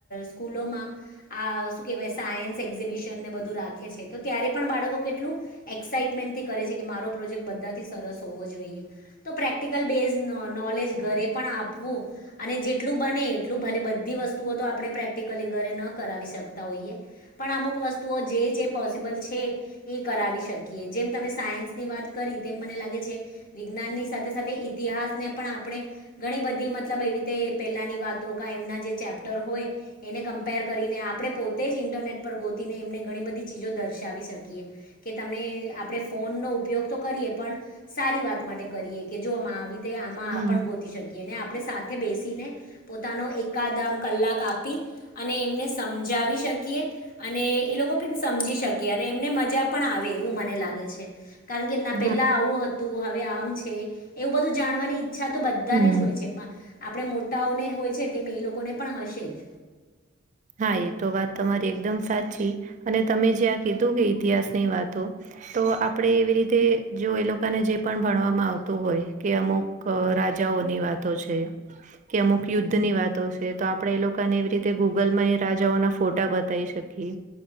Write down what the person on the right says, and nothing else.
હમ
હા
હમ
હા, એ તો વાત તમારી એકદમ સાચી અને તમે જ્યા આં કીધું કે ઇતિહાસ, ની વાતો તો આપડે એવી રીતે, જો એ લોકોને જે પણ ભણવામાં આવતું હોય, કે અમુક રા જાઓની વાતો છે, કે અમુક યુદ્ધની વાતો છે. તો આપડે એ લોકોને એવી રીતે ગૂગલમા, એ રાજાઓના ફોટા બતાવી શકીએ